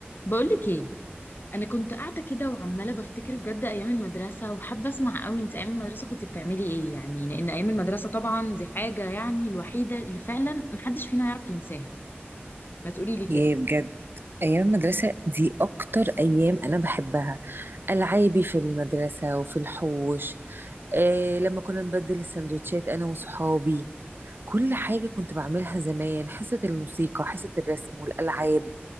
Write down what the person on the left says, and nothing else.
بقولك ايه انا كنت قاعده كده وعماله بفتكر بجد ايام المدرسه وحابه اسمع قوي انت ايام المدرسه كنت بتعملي ايه يعني لان ايام المدرسه طبعا دي حاجه يعني الوحيده اللي فعلا محدش فينا يعرف ينساها ما تقولي لي كده